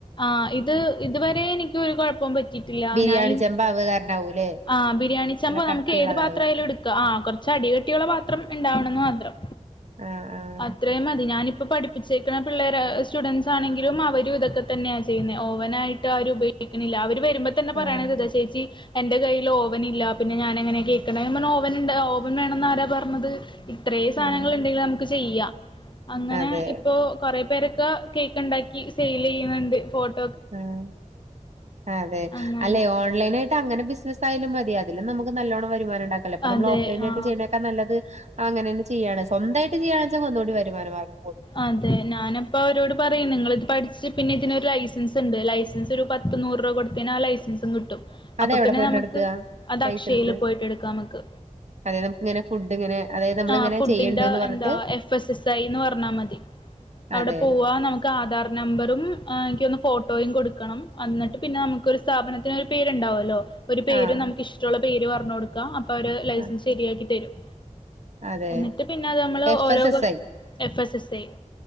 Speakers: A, on the left; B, on the right.
A: ആഹ് ഇത് ഇതുവരെ എനിക്ക് ഒരു കൊഴപ്പം പറ്റിയിട്ടില്ല,
B: ബിരിയാണി
A: ഞാൻ ഈ
B: ചെമ്പ് ആവ് കാരണാവൂല്ലേ
A: ആഹ് ബിരിയാണിച്ചെമ്പോ
B: നല്ല കട്ടിയുള്ളതാവ്
A: നമുക്ക് ഏത് പാത്രായാലും
B: കാരണം
A: എടുക്കാ ആ കൊറച്ച് അടികട്ടിയുള്ള പാ ത്രം ഇണ്ടാവണെന്ന് മാത്രം
B: ആഹ്
A: അത്രേ മതി ഞാൻ ഇ ഇപ്പോ പഠിപ്പിച്ചേക്കണ പിള്ളേര് സ്റ്റുഡൻറ്സാണെങ്കിലും അവരും ഇതൊക്കെ തന്നെയാ ചെയ്യുന്നേ ഓവനായിട്ട് ആരും ഉപയോഗിക്കണില്ല അവര് വെരുമ്പോ തന്നെ പറയണതാ
B: ആഹ്
A: ചേച്ചി എന്റെ കയ്യിൽ ഓവൻ ഇല്ല പിന്നെ ഞാൻ എങ്ങനെയാ കേക്ക്ന്നെ നമ്മനെ ഓവൻ ഉണ്ട് ഓവൻ വേണന്ന് ആരാ പറഞ്ഞത് ഇത്രേ സാധനങ്ങൾ
B: ആഹ്
A: ഉണ്ടെങ്കിലും നമുക്ക് ചെയ്യാം അങ്ങനെ
B: ആഹ് അതെ
A: ഇപ്പോ കൊറെ പേരൊക്കെ കേക്ക് ഉണ്ടാക്കി സൈൽ ചെയ്യ <unintelligible>
B: ആ അതെ
A: അങ്ങനെ
B: അല്ലെ ഓൺലൈൻ ആയിട്ട് അങ്ങനെ ബിസിനസ് ആയാലും മതി അതിലും നമ്മക് നല്ലോണം വരുമാനംണ്ടാക്കല്ലോ ഇപ്പം നമ്മൾ
A: അതെ
B: ഓഫ്‌ലൈൻ ആയിട്ട്
A: ആ
B: ചെയ്യന്നെക്കാൾ നല്ലത് അങ്ങനെ തന്ന ചെയ്യാണ് സ്വന്തയിട്ട് ചെയ്യുകയാ വെച്ചാൽ ഒന്നുകൂടി വരുമാനമാർഗം
A: അതെ ഞാനപ്പ അവരോട് പറയ നിങ്ങള ഇത് പഠിച്ചച്ച് പിന്നെ ഇതിനൊരു ഐ ലൈസൻസ് ഉണ്ട് ലൈസൻസ് ഒരു പത്ത് നൂറ് രൂപ കൊടുത്തേന് ആ ലൈസൻസും കിട്ടും
B: അതെ
A: അപ്പൊ
B: എവിടെ
A: പിന്നെ
B: പോയിട്ട്
A: നമുക്ക്
B: എടുക്കുക
A: അത്
B: ലൈസൻസ്
A: അക്ഷയില് പോയിട്ട് എടുക്കാം നമുക്ക്
B: അതെ നമുക്ക് ഇങ്ങനെ ഫുഡ് ഇങ്ങനെ അതായത് നമ്മളിങ്ങനെ
A: ആ ഫുഡിന്റെ
B: ചെയ്യണ്ട്ന്ന് പറഞ്ഞിട്ട്
A: എന്താ എഫ് എസ് എസ് ഐ എന്ന് പറഞ്ഞാൽ മതി അവിടെ
B: അതെ
A: പോവാ നമുക്ക് ആധാർ നമ്പറും എനിക്കൊന്ന് ഫോട്ടോയും കൊടുക്കണം എന്നിട്ട് പിന്നെ നമുക്കൊരു സ്ഥാപനത്തിനൊരു പേരുണ്ടാവുമല്ലോ ഒരു പേരും
B: ആഹ്
A: നമുക്ക് ഇഷ്ടുള്ള പേര് പറഞ്ഞ കൊടുക്ക അപ്പ ഒരു ലൈസൻസ്
B: ആഹ്
A: ശരിയാക്കി തരും
B: അതെ
A: എന്നിട്ട് പിന്നെ നമ്മള്
B: എഫ്
A: ഓരോ
B: S S I
A: F S S ശ